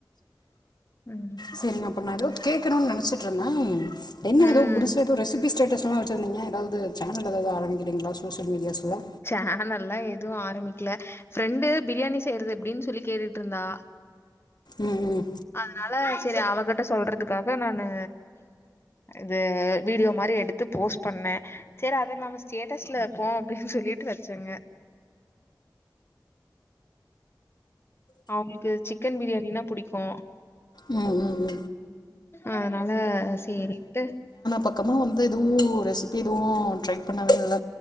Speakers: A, on the left (about 35°); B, on the left (about 70°).
A: ம்
B: சேரிங்க அப்ப நா எதோ கேக்கணுன்னு நெனச்சிட்டுருந்தே என்ன
A: ம்
B: ஏதோ புதுசா ஏதோ ரெசிபி ரெசிபி ஸ்டேட்டஸ்ல்லா வெச்சிருந்தீங்க எதாவ்து சேனல் எதாவது ஆரம்பிக்கிறீங்களா சோசியல் மீடியாஸ்ல
A: சேனல்ல்லா எதுவு ஆரம்பிக்கல ஃப்ரெண்டு பிரியாணி செய்றது எப்டின்னு சொல்லி கேட்டுட்டுருந்தா
B: ம் ம்
A: அதனால செரி அவகிட்ட சொல்றதுக்காக நானு அது வீடியோ மாரி எடுத்து போஸ்ட் பண்ணே செரி அத நாம ஸ்டேட்டஸ்ல வெப்போ அப்டின்னு சொல்லி ட்டு வெச்சங்க அவுங்களுக்கு சிக்கன் பிரியாணினா புடிக்கு
B: ம் ம் ம்
A: அதனால சேரின்ட்டு
B: பக்கமா வந்து எதுவு ரெசிப்பி எதுவு ட்ரை பண்ணவே இல்ல